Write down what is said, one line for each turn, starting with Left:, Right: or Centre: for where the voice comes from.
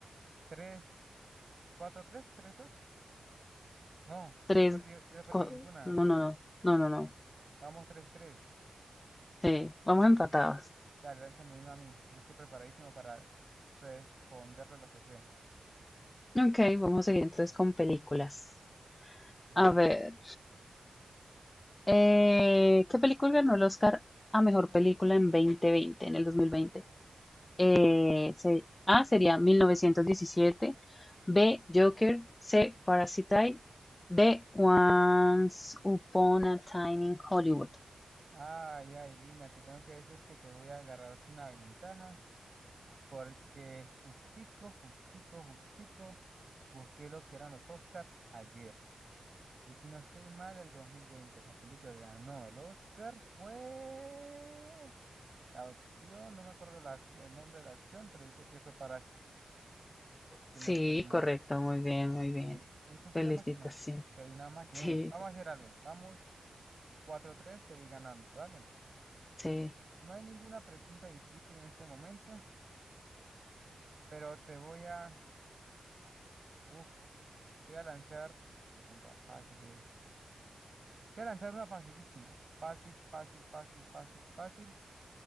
Right: 3. cuatro tres tres dos No, yo
Left: Tres,
Right: no he perdido, yo no he perdido
Left: cua-
Right: ninguna.
Left: No, no, no. No, no, no.
Right: Vamos tres tres
Left: Sí, vamos empatados.
Right: Dale, lánzame uno a mí. Yo estoy preparadísimo para responderle lo que sea.
Left: Ok, vamos a seguir entonces con películas.
Right: Dale.
Left: A ver, eh, ¿qué película ganó el Oscar a mejor película en 2020, en el 2020? Eh, se- A sería 1917, B Joker, C Parasite, D Once Upon a Time in Hollywood.
Right: Ay, ay, Lina, te tengo que decir que te voy a agarrar una ventaja porque justico, justico, justico, busqué lo que eran los Oscars ayer. Y si no estoy mal, el 2020 la película que ganó el Oscar fue... La opción, no me acuerdo la opci- el nombre de la opción, pero yo sé que fue Parásito si
Left: Sí,
Right: no estoy mal.
Left: correcto, muy bien, muy bien.
Right: Soy- Es que soy
Left: Felicitación.
Right: una máquina. Soy una máquina.
Left: Sí,
Right: Mira, vamos
Left: sí,
Right: a hacer algo. Vamos 4 tres te voy ganando, ¿vale?
Left: sí.
Right: No hay ninguna pregunta difícil en este momento, pero te voy a... Uf, te voy a lanzar... Uf, qué tanto fácil es. Te voy a lanzar una facilísima. Fácil, fácil, fácil, fácil, fácil.